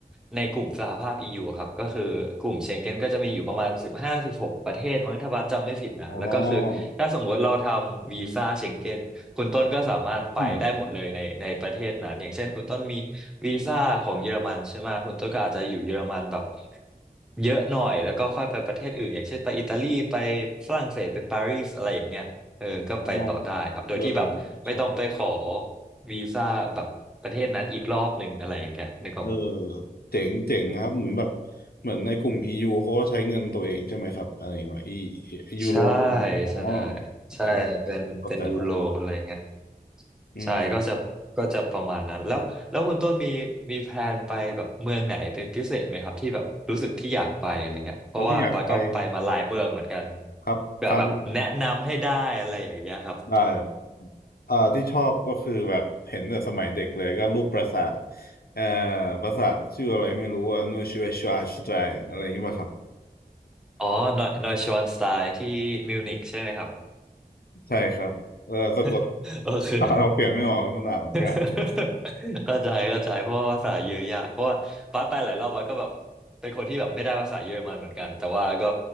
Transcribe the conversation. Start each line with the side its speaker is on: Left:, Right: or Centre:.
Centre: ในกลุ่มสหภาพ EU ครับก็คือกลุ่มเชงเก้นก็จะมีอยู่ประมาณสิบห้าสิบหกประเทศมั้งถ้าบัสจำไม่ผิดนะแล้วก็คือถ้าสมมติเราทำวีซ่าเชงเก้นคุณต้นก็สามารถไปได้หมดเลยในในประเทศนั้นอย่างเช่นคุณต้นมี
Left: อ๋ออืม
Centre: วีซ่าของเยอรมันใช่ไหมคุณต้นก็อาจจะอยู่เยอรมันแบบเยอะหน่อยแล้วก็ค่อยไปประเทศอื่นอย่างเช่นไปอิตาลีไปฝรั่งเศสไปปารีสอะไรอย่างเงี้ย เออก็ไปต่อได้ครับ
Left: อ๋อ
Centre: โดยที่แบบไม่ต้องไปขอ
Left: เออใช่
Centre: วีซ่าแบบประเทศนั้นอีกรอบหนึ่งอะไรอย่างเงี้ยนึกออกไหม
Left: เออเจ๋งเจ๋งครับเหมือนแบบเหมือนในกลุ่ม EU เขาก็ใช้เงินตัวเองใช่ไหมครับอะไรว่ายูโร
Centre: ใช่
Left: อ๋อ
Centre: ใช่
Left: โอเค
Centre: ใช่เป็นเป็นยูโรอะไรเงี้ย
Left: เข้าใจละอืม
Centre: ใช่ก็จะก็จะประมาณนั้นแล้วแล้วคุณต้นมีมีแพลนไปแบบเมืองไหนเป็นพิเศษไหมครับที่แบบรู้สึกที่อยากไปอะไรเงี้ยเพราะว่าบัสก็ไปมาหลายเมืองเหมือนกัน
Left: ผมที่อยากไปครับครับครั้ง
Centre: เผื่อแบบแนะนำให้ได้อะไรอย่างเงี้ยครับ
Left: ได้อ่าที่ชอบก็คือแบบเห็นแต่สมัยเด็กเลยก็รูปปราสาทเอ่อปราสาทชื่ออะไรไม่รู้ว่านูชิเวชวาชไตรนอะไรอย่างนี้ป่ะครับ
Centre: อ๋อนอยนอยชวานสไตล์ที่มิวนิกใช่ไหมครับ
Left: ใช่ครับเออสะกด
Centre: <laughs> โอเค
Left: <laughs> เราเปลี่ยนไม่ออกครับมันอ่านออกยาก
Centre: <laughs> เข้าใจเข้าใจเพราะว่าภาษาเยอะยากเพราะว่าบัสไปหลายรอบบัสก็แบบเป็นคนที่แบบไม่ได้ภาษาเยอรมันเหมือนกันแต่ว่าก็